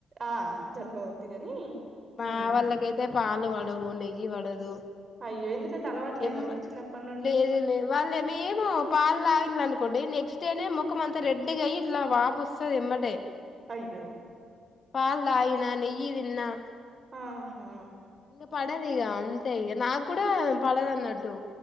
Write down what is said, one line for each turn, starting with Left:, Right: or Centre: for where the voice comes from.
Right: ఆ జలుబు అవుద్ది కాని
Left: మా
Right: మ్మ్
Left: వాళ్ళకైతే పాలు పడవు నెయ్యి పడదు
Right: అయ్యో ఎందుకంటే అలవాటు లేదా
Left: ఏం
Right: అండి చిన్నప్పటి నుండి
Left: లేదు లేదు వాళ్ళేమ ఏమో ఇలా అయింది అనుకోండి నెక్స్ట్ డేనే ముఖం అంత రెడ్గా అయి ఇట్లా వాపు వస్తుంది ఎమ్మటే
Right: అయ్యో
Left: పాల్ తాగినా నెయ్యిదిన్నా
Right: ఆహా
Left: ఇంక పడదు ఇగ అంతే ఇక నాకు కూడా పడదు అన్నట్టు